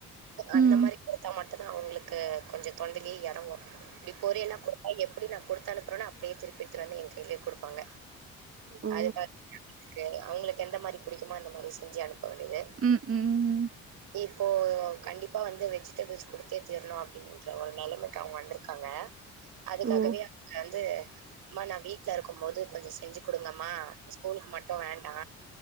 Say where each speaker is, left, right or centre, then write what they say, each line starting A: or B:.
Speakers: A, on the right; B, on the right.
A: ம்.
B: அந்த மாரி குடுத்தா மட்டுதா அவங்களுக்கு கொஞ்ச தொண்டைலியே எறங்கு டிப் பொறியல்ல கொடுத்தா எப்படி நா கொடுத்த அனுப்புறேனா அப்படியே திருப்பிடுத்துட்டு வந்து எ கையிலயே கொடுப்பாங்க
A: ஓ!
B: அதுக்கா அவங்களுக்கு எந்த மாரி புிடிக்குமோ அந்த மாரி செஞ்சு அனுப்ப வேண்டியது
A: ம், ம்.
B: இப்போ கண்டிப்பா வந்து வெஜிடபிள்ஸ் குடுத்தே தீரணு அப்படின் ற ஒரு நெலமைக்கு அவங்க வந்திருக்காங்க அதுக்காகவே
A: ஓ!
B: அவங்க வந்து அம்மா நா வீ ட்ல இருக்கும் போது கொஞ்ச செஞ்சு கொடுங்கம்மா ஸ்கூலுக்கு மட்டு வேண்டா